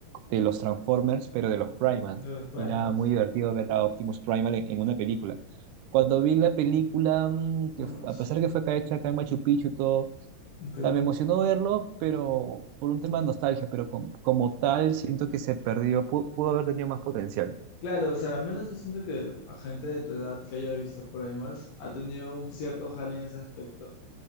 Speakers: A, on the right; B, on the left.
A: de los Transformers, pero de los Primal.
B: de los primals.
A: Y era muy divertido ver a Optimus Primal en, en una película. Cuando vi la película, mm,
B: No
A: que
B: manches,
A: fu- a pesar que fue acá hecha acá en Machu Picchu y todo, o
B: En Perú.
A: sea, me emocionó verlo, pero por un tema de nostalgia, pero com- como tal siento que se perdió, pu- pudo haber tenido más potencial.
B: Claro, o sea, al menos yo siento que a gente de tu edad que haya visto primals ha tenido un cierto jale en ese aspecto.